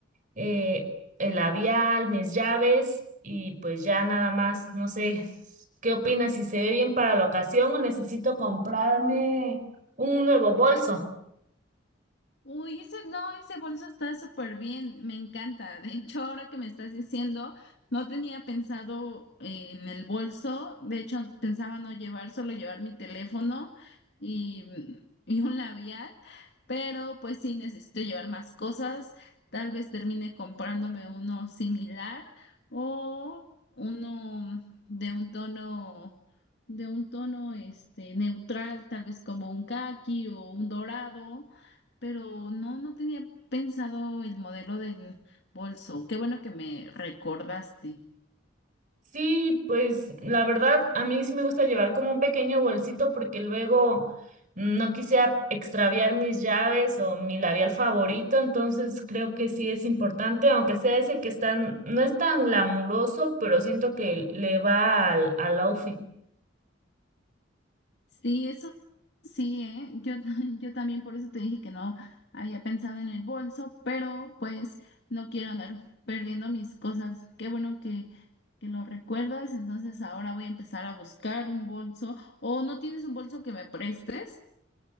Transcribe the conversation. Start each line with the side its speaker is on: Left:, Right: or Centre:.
Right: eh, el labial, mis llaves y pues ya nada más, no sé, <laughs> ¿qué opinas? Si se ve bien para la ocasión o necesito comprarme un nuevo bolso.
Left: Uy, ese no, ese bolso está súper bien, me encanta. De hecho, ahora que me estás diciendo, no tenía pensado eh, en el bolso, de hecho pensaba no llevar, solo llevar mi teléfono y, y un labial, pero pues sí necesito llevar más cosas, tal vez termine comprándome uno similar o uno de un tono, de un tono este neutral, tal vez como un caqui o un dorado pero no, no tenía pensado el modelo del bolso. Qué bueno que me recordaste.
Right: Sí, pues la verdad, a mí sí me gusta llevar como un pequeño bolsito porque luego no quisiera extraviar mis llaves o mi labial favorito, entonces creo que sí es importante, aunque sea ese que están, no es tan glamuroso, pero siento que le va al, al outfit.
Left: Sí, eso sí, ¿eh? Yo, <laughs> yo también por eso te dije que no había pensado en el bolso, pero pues no quiero andar perdiendo mis cosas. Qué bueno que, que lo recuerdas. Entonces ahora voy a empezar a buscar un bolso. ¿O no tienes un bolso que me prestes?